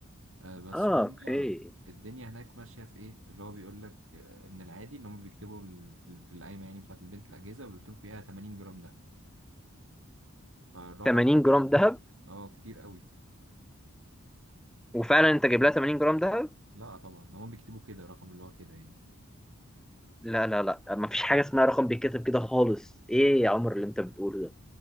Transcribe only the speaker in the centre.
اه
اوكي
80
جرام
دهب
وفعلا انت جايب لها 80 جرام دهب
لا لا لا مفيش حاجه اسمها رقم بيتكتب كده خالص ايه يا عمر اللي انت بتقوله ده